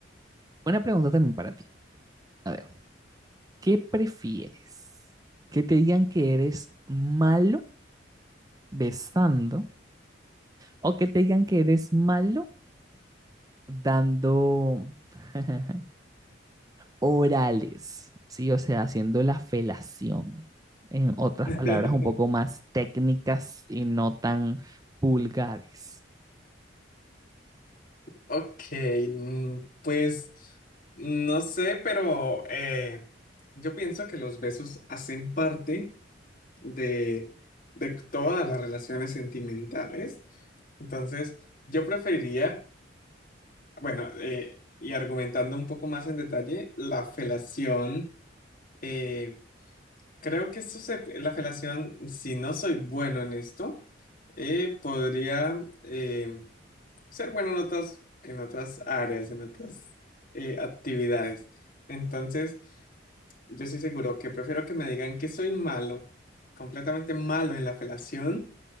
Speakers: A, on the right; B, on the left.
A: una pregunta también para ti. A ver, ¿qué prefieres? ¿Que te digan que eres malo besando O que te digan que eres malo dando <laughs> orales, ¿sí? O sea, haciendo la felación. En otras
B: <laughs>
A: palabras, un poco más técnicas y no tan vulgares.
B: Ok, mm, pues no sé, pero eh, yo pienso que los besos hacen parte de, de todas las relaciones sentimentales. Entonces, yo preferiría, bueno, eh, y argumentando un poco más en detalle, la felación. eh, creo que esto se, la felación, si no soy bueno en esto, eh, podría... em, ser bueno en otras, en otras áreas, en otras eh, actividades. Entonces, yo estoy seguro que prefiero que me digan que soy malo, completamente malo en la felación